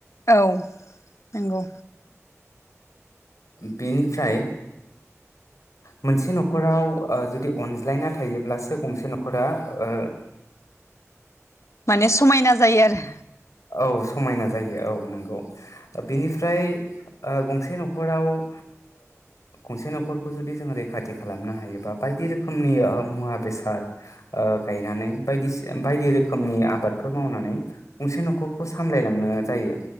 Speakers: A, on the left; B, on the left.
A: औ नंगौ
B: बेनिफ्राय मोनसे न'खराव ओ जुदि अनज्लायना थायोब्लासो गंसे न'खरा ओ
A: माने समायना जायो आरो
B: औ समायना जायो औ नोंगौ बेनि फ्राय गंसे न'खराव ओ गंसे न'खरखौ जुदि जोङो रैखाथि खालामनो हायोबा बायदि रोखोमनि मुवा बेसाद ओ गायनानै बायदि बायदि रोखोमनि आबादफोर मावनानै गंसे न'खरखौ सामलायलांनो जायो